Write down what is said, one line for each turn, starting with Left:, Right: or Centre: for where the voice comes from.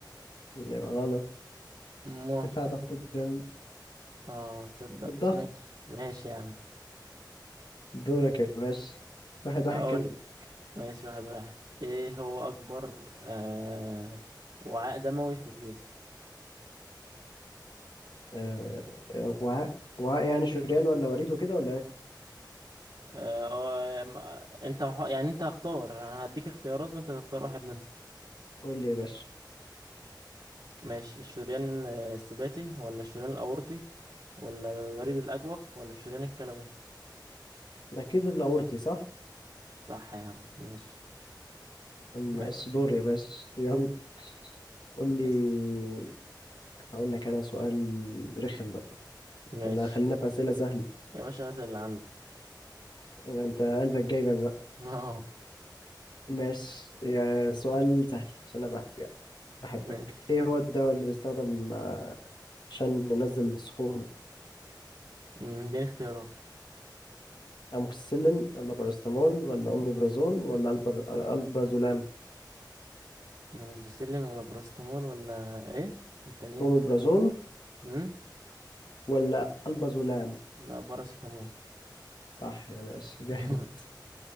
Left: يبقى غلط
Right: مول
Left: ارتفاع ضغط الدم
Right: اه تصدق
Left: الضغط
Right: ماشي ماشي يا عم
Left: دورك يا باشا واحد
Right: هقول
Left: واحد كده
Right: ماشي واحد واحد ايه هو اكبر آه وعاء دموي في الجسم
Left: آه آه، وعاء وعاء يعني شريان ولا وريد وكده ولا ايه
Right: اه آه، ما- انت ح- يعني انت هختار انا هديك اختيارات وانت تختار واحد منهم
Left: قول لي يا باشا
Right: ماشي الشريان آه، السباتي ولا الشريان الاورطي ولا الوريد الاجوف ولا الشريان الكلوي
Left: اكيد الاورطي صح
Right: صح يا عم ماشي <laughs> يس
Left: ماشي دور يا باشا يلا قول لي
Right: يس
Left: هقول لك انا سؤال رخم بقى
Right: ماشي
Left: ولا خلينا في اسئله سهله
Right: يا باشا هات اللي عندك
Left: يعني انت قلبك جايبك بقى
Right: <laughs> اه
Left: ماشي يا سؤال سهل عشان انا بح- بحبك
Right: ماشي
Left: ايه هو الدواء اللي بيستخدم آه، عشان ننزل السخونه
Right: أمم، اديني اختيارات
Left: اموكسيسيلين ولا باراستامول ولا اوميبرازول ولا البر... البازولام
Right: اموكسيسيلين ولا باراستامول ولا ايه التانيين
Left: اوميبرازول
Right: امم
Left: ولا البازولام
Right: لا باراسيتامول
Left: صح يا باشا جامد
Right: <laughs>